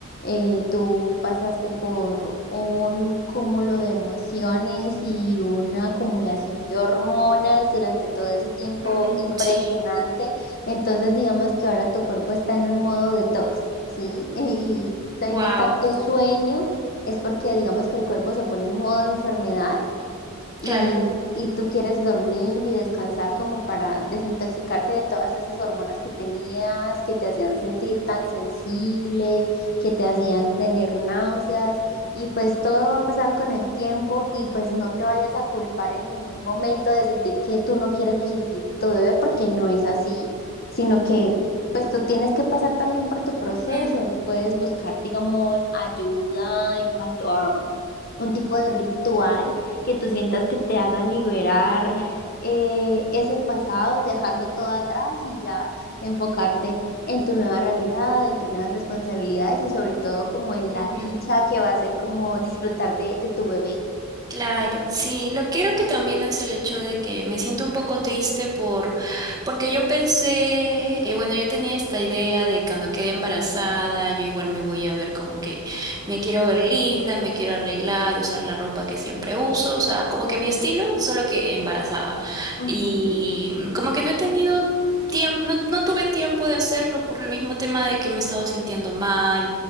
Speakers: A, on the left; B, on the right.
A: Eh, tú pasaste por un cúmulo de emociones y una acumulación de hormonas durante todo ese tiempo
B: mm,
A: impresionante.
B: sí,
A: Entonces, digamos que ahora tu cuerpo está en un modo detox, ¿sí? <laughs> Y tienes
B: wow,
A: tanto sueño es porque digamos que el cuerpo se pone en modo enfermedad
B: claro.
A: y, y tú quieres dormir y descansar como para desintoxicarte de todas esas hormonas que tenías, que te hacían sentir tan sensible, que te hacían tener náuseas. Y pues todo va a pasar con el tiempo y pues no te vayas a culpar en ningún momento de sentir que tú no quieres lo suficiente a tu bebé porque no es así, sino que pues tú tienes que pasar también por tu proceso.
B: mm,
A: Puedes buscar, digamos, ayuda en cuanto a un tipo de ritual que tú sientas que te haga liberar eh, ese pasado, dejarlo todo atrás y ya enfocarte en tu nueva realidad, en tus nuevas responsabilidades y sobre todo como en
B: ujú.
A: la dicha que va a ser como disfrutar de, de tu bebé.
B: Claro, sí, lo que creo que también es el hecho de que me siento un poco triste por, porque yo pensé, eh, bueno, yo tenía esta idea de cuando quede embarazada, yo igual me voy a ver como que me quiero ver linda, me quiero arreglar, usar la ropa que siempre uso, o sea, como que mi estilo, solo que embarazada.
A: Ujú.
B: Y mm, como que no he tenido tiempo, no, no tuve tiempo de hacerlo por el mismo tema de que me he estado sintiendo mal